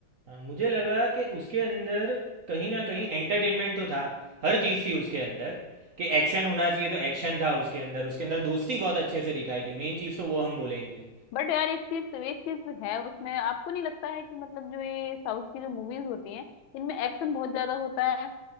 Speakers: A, on the right (about 60°); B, on the left (about 80°).
A: हाँ मुझे लगा कि उसके अंदर कहीं ना कहीं एंटरटेनमेंट तो था हर चीज़ थी उसके अंदर कि एक्शन होना चाहिए तो एक्शन था उसके अंदर उसके अंदर दोस्ती बहुत अच्छे से दिखाई दी मेन चीज़ तो वो हम बोलेंगे
B: बट यार एक चीज एक चीज है उसमें आपको नहीं लगता है कि मतलब जो ये साउथ की जो मूवीज होती हैं इनमें एक्शन बहुत ज्यादा होता है